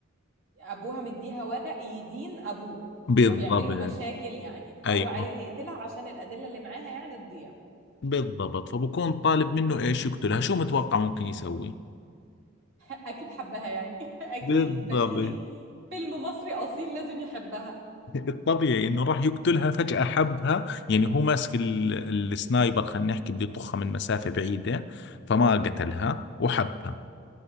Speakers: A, on the right (about 70°); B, on the left (about 55°).
A: أبوها مديها ورق يدين أبوه
B: بالضبط
A: ويعمل له مشاكل يعني فهو
B: ايوه
A: عايز يقتلها عشان الأدلة اللي معاها يعني تضيع
B: بالضبط فبكون طالب منه ايش
A: مم.
B: يقتلها شو متوقع ممكن يسوي
A: <laughs> أكيد حبها يعني <laughs> أكيد
B: بالضبط
A: بديهي فيلم مصري أصيل لازم يحبها
B: الطبيعي انه راح يقتلها فجأة حبها يعني هو ماسك ال- السنايبر خلينا نحكي بده يطخها من مسافة بعيدة فما قتلها وحبها